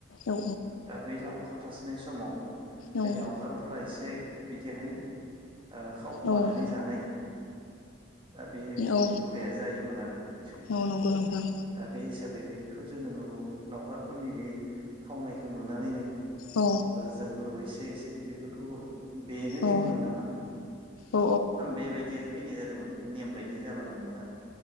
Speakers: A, on the left; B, on the right.
A: औ
B: दा बै लावखार थासोनाय समाव
A: औ
B: बे लावखारफोरा एसे जे बिदिहाय ओ खाव खोमानानै
A: औ
B: जानाय दा बे
A: औ
B: हुदाया जायोमोन आरो बै समाव
A: औ नंगौ नोंथां
B: दा बे हिसाबै बे बेखौ जोङो नु लावखारफोरनि बे खावनायखौ नुनानैनो
A: औ
B: जोंफोरबोै एसे एसे एसे बेफोरखौ बेनो नेममोन
A: औ
B: नामा
A: औ
B: बेबायदिहाय फैनाय जादोंमोन बे नेम बायदि जालांदोंमोन आरो